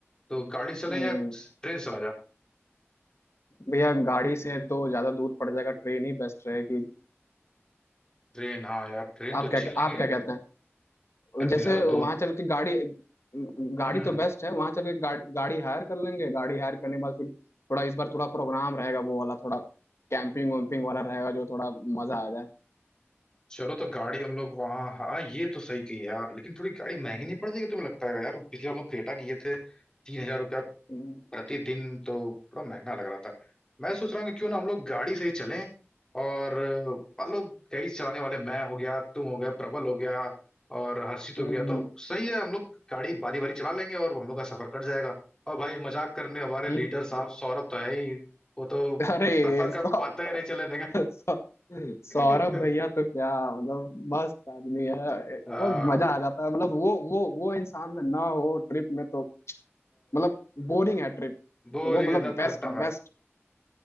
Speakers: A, on the left; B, on the left.
A: तो गाड़ी से चलें
B: हम्म,
A: या ट्रेन से चला जा
B: भैया गाड़ी से तो ज्यादा दूर पड़ जाएगा ट्रेन ही बेस्ट रहेगी
A: ट्रेन हाँ यार ट्रेन
B: आप
A: तो अच्छी
B: क्या
A: लगी
B: आप क्या कहते हैं
A: यार
B: जैसे
A: मेरा तो
B: वहां
A: दोन
B: चल के गाड़ी
A: हम्म,
B: गाड़ी तो बेस्ट है वहां चल के गाड़ी गाड़ी हायर कर लेंगे गाड़ी हायर करने के बाद फिर थोड़ा इस बार थोड़ा प्रोग्राम रहेगा वो वाला थोड़ा कैंपिंग वैम्पिंग वाला रहेगा जो थोड़ा मजा आ जाए
A: चलो तो गाड़ी हम लोग वहाँ हाँ ये तो सही कही यार लेकिन थोड़ी गाड़ी महंगी नहीं पड़ जाएगी तुम्हें लगता है यार पिछले हम लोग क्रेटा किए थे तीन हजार रुपया
B: हम्म
A: प्रतिदिन तो थोड़ा महंगा लग रहा था मैं सोच रहा हूँ कि क्यों ना हम लोग गाड़ी से ही चलें और मान लो कई चलाने वाले मैं हो गया तुम हो गया प्रबल हो गया और हर्षित हो
B: हम्म
A: गया तो सही है हम लोग गाड़ी बारी बारी चला लेंगे और हम लोग का सफर कट जाएगा और भाई मजाक करने हमारे
B: हम्म,
A: लीडर साहब सौरभ तो है ही वो तो
B: अरे
A: सफर
B: सौ
A: का पता ही नहीं चले
B: सौ- सौरभ
A: <laughs>
B: भैया तो क्या मतलब मस्त आदमी है मतलब
A: आ,
B: मजा आ जाता है मतलब वो वो वो इंसान में ना हो ट्रिप में तो मतलब बोरिंग है ट्रिप
A: बोरिंग
B: वो मतलब
A: एकदम
B: बेस्ट
A: खत्म है
B: बेस्ट